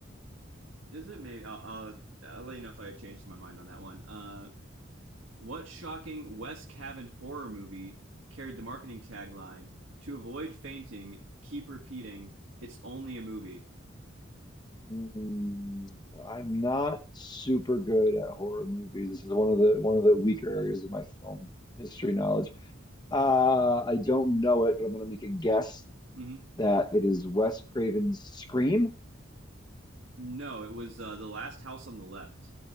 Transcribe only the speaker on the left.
Mm, I'm not super good at horror movies. This is one of the one of the weaker areas of my film history knowledge. Uh, I don't know it, but I'm going to make a guess
that it is Wes Craven's Scream.